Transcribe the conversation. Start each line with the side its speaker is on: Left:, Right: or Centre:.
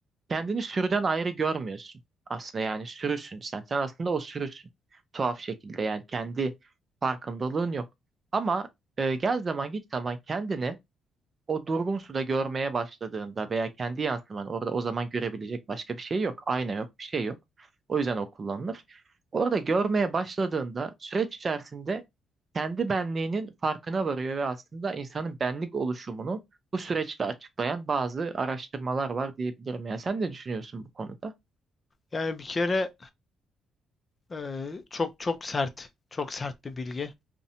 Right: Kendini sürüden ayrı görmüyorsun aslında yani sürüsün sen. Sen aslında o sürüsün tuhaf şekilde yani kendi farkındalığın yok. Ama e, gel zaman git zaman kendini o durgun suda görmeye başladığında veya kendi yansıman orada o zaman görebilecek başka bir şey yok. Ayna yok, bir şey yok. O yüzden o kullanılır. Orada görmeye başladığında süreç içerisinde kendi benliğinin farkına varıyor ve aslında insanın benlik oluşumunu bu süreçle açıklayan bazı araştırmalar var diyebilirim. Yani sen ne düşünüyorsun bu konuda?
Left: Yani bir kere e, çok çok sert, çok sert bir bilgi.